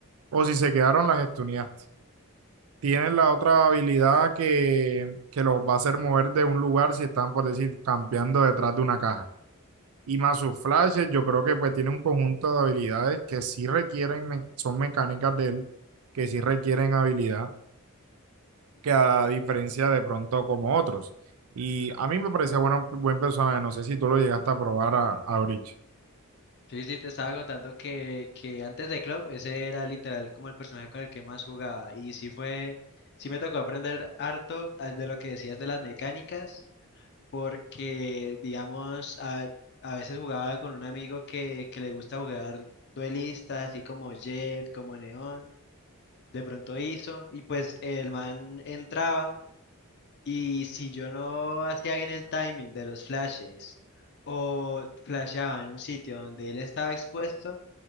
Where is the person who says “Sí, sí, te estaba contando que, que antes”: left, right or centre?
Left